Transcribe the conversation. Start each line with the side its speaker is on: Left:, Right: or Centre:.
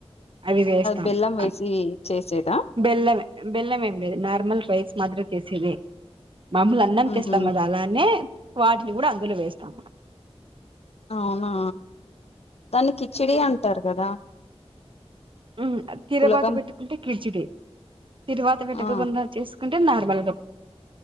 Right: అవి వేస్తాము
Left: బెల్లం వేసి
Right: అ
Left: చేసేదా
Right: బెల్లమే బెల్లం ఎమ్ లేదు మాములు నార్మల్ రైస్ మాదిరి చేసేదే. మమూలు అన్నం
Left: ఉహు
Right: చేస్తాం కదా అలానే వాటిని కూడా అందులో వేస్తాం.
Left: అవునా దాన్ని కిచిడి అంటారు కదా
Right: ఉ తిరువాత
Left: పులగం
Right: పెట్టుకుంటే కిచిడి తిరువాత పెట్టుకోకుండా
Left: ఆ
Right: చేస్ కుంటే నార్మల్గా